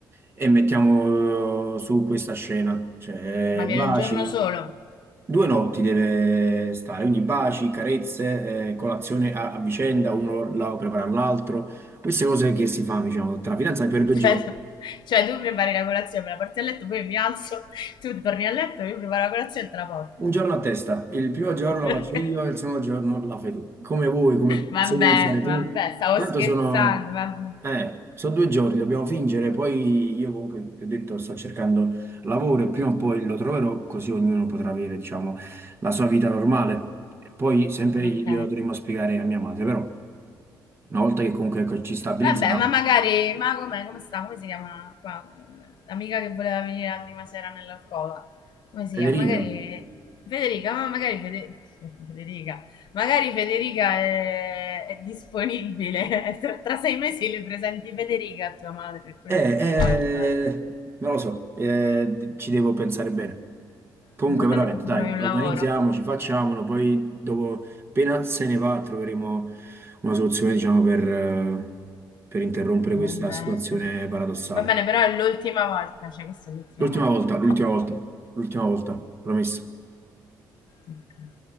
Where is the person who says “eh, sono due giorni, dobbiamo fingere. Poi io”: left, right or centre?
Right